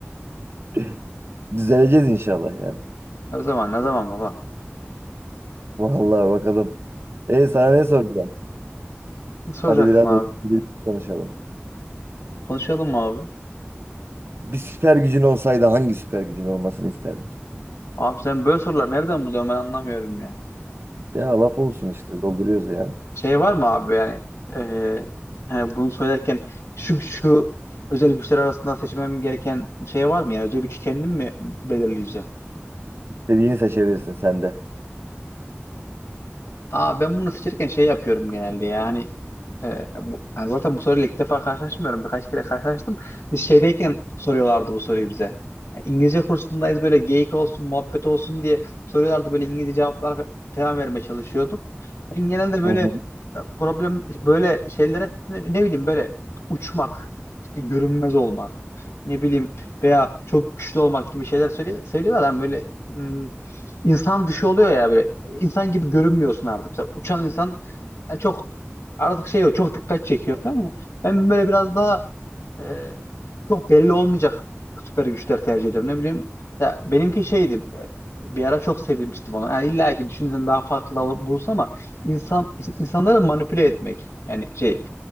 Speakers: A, on the right (about 60°); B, on the left (about 85°).
A: <laughs> Düzeleceğiz inşallah ya.
B: Her zaman ne zaman baba?
A: Vallahi bakalım. E sana ne soracağım?
B: Ne soracaksın
A: Hadi biraz
B: abi?
A: konuşalım.
B: Konuşalım mı abi?
A: Bir süper gücün olsaydı hangi süper gücün olmasını isterdin?
B: Abi sen böyle sorular nereden buluyorsun ben anlamıyorum ya.
A: Ya laf olsun işte dolduruyoruz ya.
B: Şey var mı abi yani eee, hani bunu söylerken şu şu özel güçler arasında seçmem gereken bir şey var mı? Yani özel güç kendim mi belirleyeceğim?
A: İstediğini seçebilirsin sen de.
B: Aa ben bunu seçerken şey yapıyorum genelde yani e, bu, yani zaten bu soruyla ilk defa karşılaşmıyorum birkaç kere karşılaştım. Biz şeydeyken soruyorlardı bu soruyu bize. Yani İngilizce kursundayız böyle geyik olsun muhabbet olsun diye soruyorlardı böyle İngilizce cevaplar fa- falan vermeye çalışıyordum. Ben genelde böyle
A: Hı hı.
B: e, problem böyle şeylere ne, ne bileyim böyle uçmak işte görünmez olmak ne bileyim veya çok güçlü olmak gibi şeyler söylüyor, söylüyorlar. Ben böyle hmm, insan dışı oluyor ya böyle insan gibi görünmüyorsun artık. Mesela uçan insan e, çok artık şey yok çok dikkat çekiyor falan ya. Ben böyle biraz daha e, çok belli olmayacak süper güçler tercih ediyorum. Ne bileyim ya benimki şeydi e, bir ara çok sevinmiştim onu. Ha, illa ki düşünsen daha farklı alıp bulsa ama insan insanları manipüle etmek yani şey